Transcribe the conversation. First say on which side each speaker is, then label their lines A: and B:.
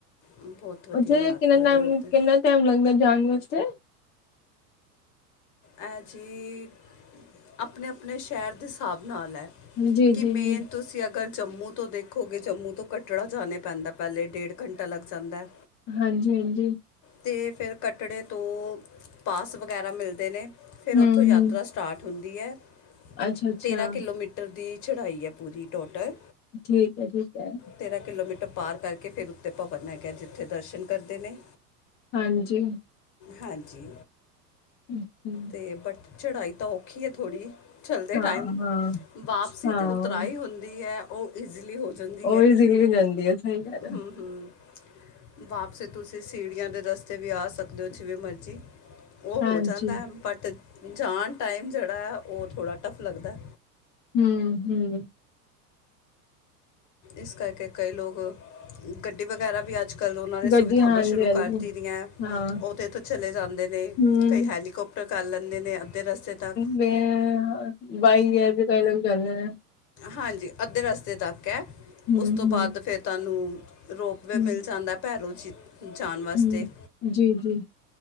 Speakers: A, on the left; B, on the left.
A: ਬਹੁਤ ਵਧੀਆ
B: ਉੱਥੇ
A: ਯਾਤਰਾ
B: ਕਿੰਨਾ ਟਾਈਮ,
A: ਰਹੀ ਉੱਧਰ
B: ਕਿੰਨਾ ਟਾਈਮ ਲੱਗਦਾ ਜਾਣ ਵਾਸਤੇ
A: ਐ ਜੀ ਆਪਣੇ-ਆਪਣੇ ਸ਼ਹਿਰ ਦੇ ਹਿਸਾਬ ਨਾਲ ਹੈ,
B: ਜੀ
A: ਕਿ
B: ਜੀ
A: ਮੇਨ
B: ਜੀ
A: ਤੁਸੀਂ ਅਗਰ ਜੰਮੂ ਤੋਂ ਦੇਖੋਗੇ ਜੰਮੂ ਤੋਂ ਕਟੜਾ ਜਾਣਾ ਪੈਂਦਾ, ਪਹਿਲੇ ਡੇਢ ਘੰਟਾ ਲੱਗ ਜਾਂਦੈ।
B: ਹਾਂਜੀ-ਹਾਂਜੀ।
A: ਤੇ ਫਿਰ ਕੱਟੜੇ ਤੋਂ ਪਾਸ ਵਗੈਰਾ ਮਿਲਦੇ ਨੇ, ਫੇਰ
B: ਹੂੰ
A: ਉੱਥੋਂ ਯਾਤਰਾ
B: ਹੂੰ
A: ਸਟਾਟ ਹੁੰਦੀ ਐ,
B: ਅੱਛਾ ਅੱਛਾ
A: ਤੇਰ੍ਹਾਂ ਕਿਲੋਮੀਟਰ ਦੀ ਚੜ੍ਹਾਈ ਐ ਪੂਰੀ ਟੋਟਲ।
B: ਠੀਕ ਐ-ਠੀਕ ਐ।
A: ਤੇਰ੍ਹਾਂ ਕਿਲੋਮੀਟਰ ਪਾਰ ਕਰਕੇ ਫੇਰ ਉੱਤੇ ਭਵਨ ਹੈ ਗਿਆ, ਜਿੱਥੇ ਦਰਸ਼ਨ ਕਰਦੇ ਨੇ।
B: ਹਾਂਜੀ।
A: ਹਾਂਜੀ
B: <unintelligible>
A: ਤੇ ਬਟ ਚੜ੍ਹਾਈ ਤਾਂ ਔਖੀ ਐ ਥੋੜ੍ਹੀ। ਚੱਲਦੇ
B: ਹਾਂ
A: ਟਾਈਮ
B: ਹਾਂ
A: ਵਾਪਸੀ
B: ਹਾਂ
A: ਤੇ ਉਤਰਾਈ ਹੁੰਦੀ ਐ, ਓਹ ਈਜ਼ਲੀ ਹੋ ਜਾਂਦੀ
B: ਉਹ
A: ਐ,
B: ਇਜ਼ੀਲੀ ਹੋ ਜਾਂਦੀ ਹੈ ਸਹੀ ਗੱਲ
A: ਹੂੰ-ਹੂੰ
B: ਹੈ
A: ਵਾਪਸੀ ਤੁਸੀਂ ਸੀੜੀਆਂ ਦੇ ਰਸਤੇ ਵੀ ਆ ਸਕਦੇ ਹੋ, ਜਿਵੇਂ ਮਰਜ਼ੀ ਉਹ
B: ਹਾਂਜੀ
A: ਹੋ ਜਾਂਦਾ ਹੈ ਬਟ ਜਾਣ ਟਾਈਮ ਜਿਹੜਾ ਐ, ਉਹ ਥੋੜਾ ਟਫ ਲੱਗਦਾ।
B: ਹੂੰ-ਹੂੰ
A: ਇਸ ਕਰਕੇ ਕਈ ਲੋਕ, ਗੱਡੀ ਵਗੈਰਾ ਵੀ ਅੱਜ ਕੱਲ ਉਹਨਾਂ ਨੇ
B: ਗੱਡੀ
A: ਸੁਵਿਧਾਵਾਂ
B: ਹਾਂਜੀ
A: ਸ਼ੁਰੂ
B: ਹਾਂਜੀ
A: ਕਰਤੀ ਦੀਆਂ।
B: ਹਾਂ
A: ਉਹ ਤੇ ਏਥੋਂ ਚਲੇ ਜਾਂਦੇ ਨੇ,
B: ਹੂੰ
A: ਕਈ ਹੈਲੀਕੋਪਟਰ ਕਰ ਲੈਂਦੇ ਨੇ ਅੱਧੇ ਰਸਤੇ ਤੱਕ।
B: ਮੈਂ ਬਾਈ ਏਅਰ ਵੀ ਕਈ ਲੋਕ ਜਾਂਦੇ ਨੇ ਨਾ।
A: ਹਾਂਜੀ, ਅੱਧੇ ਰਸਤੇ ਤੱਕ ਐ,
B: ਹੂੰ,
A: ਉਸ ਤੋਂ ਬਾਅਦ
B: ਹੂੰ,
A: ਫਿਰ ਤੁਹਾਨੂੰ ਰੋਪਵੇ
B: ਹੂੰ,
A: ਮਿਲ ਜਾਂਦਾ, ਭੈਰੋਂ ਜੀ ਜਾਣ ਵਾਸਤੇ।
B: ਹੂੰ। ਜੀ, ਜੀ,